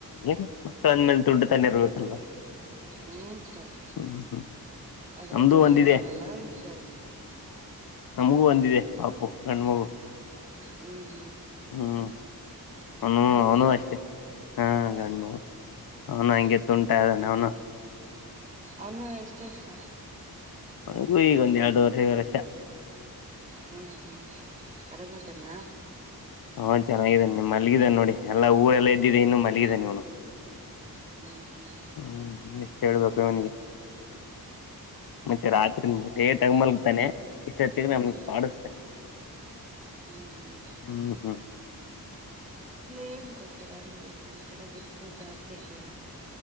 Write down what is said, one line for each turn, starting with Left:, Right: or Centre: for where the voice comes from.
Left: ಏನ್ ಮಕ್ಕಳ ಅಂದ್ಮೇಲೆ ದುಡ್ಡು ತಣಿ ಇರ್ಬೇಕಲ್ವಾ
Right: ಹ್ಮ ಸರ್
Left: ಹ್ಮ್ ಹ್ಮ್
Right: ಅದ್ರ
Left: ನಮ್ದು
Right: ಗಂಡು
Left: ಒಂದಿದೆ
Right: ಹುಡುಗಲ್ಲ ಉಂ ಸರ್
Left: ನಮಗೂ ಒಂದಿದೆ ಪಾಪು ಗಂಡ ಮಗು
Right: ಹ್ಮ್
Left: ಹ್ಮ್ ಅವನು
Right: ಗಂಡು
Left: ಅವನು
Right: ಮಗನ
Left: ಅಷ್ಟೆ ಹಾ ಗಂಡ ಮಗು ಅವ್ನು ಅಂಗೇ ತುಂಟಾ ಇದ್ದಾನೆ ಅವನು
Right: ಅವನ್ನ ಎಷ್ಟವರ್ಷ
Left: ಅಂಗ್ವೆ ಈಗ ಒಂದ್ ಎರಡೂರೆ ಮೂರು ವರ್ಷ
Right: ಹ್ಮ್ ಹ್ಮ್ ಆದಾಗ್ ಮದನಾ
Left: ಹಾ ಚೆನ್ನಾಗಿದ್ದಾನೆ ನಿಮ್ ಮಲಗಿದಾನ ನೋಡಿ ಎಲ್ಲಾ ಊರೆಲ್ಲ ಇದದ್ದಿದ್ದ ಇನ್ನು ಮಲಗಿದಾನೆ ಇವನು
Right: ಹ್ಞೂ ಹ್ಞೂ
Left: ಹ್ಮ್ ಎಷ್ಟ ಹೇಳ್ಬೇಕು ಇವನಿಗೆ ಮತ್ತೆ ರಾತ್ರಿ ಲೇಟಾಗಿ ಮಲ್ಗತಾನೆ ಇಷ್ಟೊತ್ತಿಗೆ ನಮಗ್
Right: ಹ್ಞೂ
Left: ಕಾಡಿಸ್ತಾನೆ
Right: ಹ್ಞೂ ಹ್ಞೂ
Left: ಹ್ಮ್ ಹಾಂ
Right: ಏಮ್ ಕೊಡ್ತಾರೆ ಅವ್ನಿಗೆ ನಮ ಅಕ್ಕಡೆ ಗ್ರ ಸೂಟ ಆತಬೇಕಕಿ